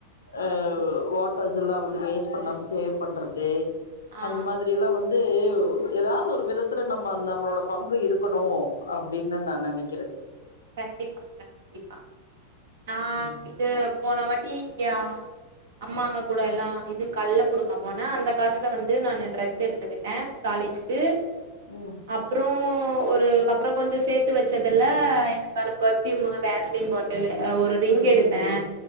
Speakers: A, on the left (about 70°); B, on the right (about 55°).
A: அ வாட்டர்ஸ்ஸல்லா வந் ந்து வேஸ்ட் பண்ணாம சேவ் பண்றது
B: ஆ
A: அந்த மாதி எல்லா வந்து ஏதாது ஒரு விதத்துல நம்ம நம்மளோட பங்கு இருக்கணு அப்பிடினு நா நெனக்கிற
B: கண்டிப்பாங்க கண்டிப்பா நா
A: ம்
B: இது போன வாட்டிங்கியா அம்மாங்க கூட எல்லா இது கல்ல புடுங்க போன அந்த காசுல வந்து நானு ட்ரெத்து எடுத்து அ காலேஜிக்கு
A: ம்
B: அப்றோ ஒரு அப்புற கொஞ்ச சேத்து வெச்சதுல எனக்கான பெர்ஃப்யூமு வேஷ்லின் பாட் ல் ஒரு ரிங்
A: ம்
B: எடுத்த